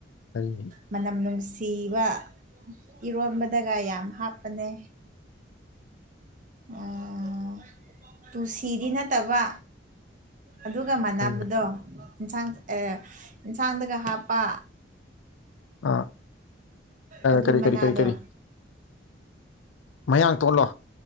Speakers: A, on the left; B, on the right.
A: ꯀꯔꯤ
B: ꯃꯅꯝ ꯅꯨꯡꯁꯤ ꯢꯕ ꯏꯔꯣꯟꯕꯗꯒ ꯌꯥꯝ ꯍꯥꯞꯄꯅꯦ ꯑꯥ ꯇꯨꯜꯁꯤꯗꯤ ꯅꯠꯇꯕ ꯑꯗꯨꯒ ꯃꯟꯅꯥꯕꯗꯣ
A: ꯀꯔꯤ
B: ꯏꯟꯁꯥꯡ ꯑꯦ ꯌꯦꯟꯁꯥꯡꯗꯒ ꯍꯥꯞꯄ
A: ꯑꯥ
B: ꯑꯗꯨ
A: ꯀꯔꯤ
B: ꯃꯅꯥꯗꯣ
A: ꯀꯔꯤ ꯀꯔꯤ ꯀꯔꯤ ꯃꯌꯥꯡ ꯇꯣꯟꯂꯣ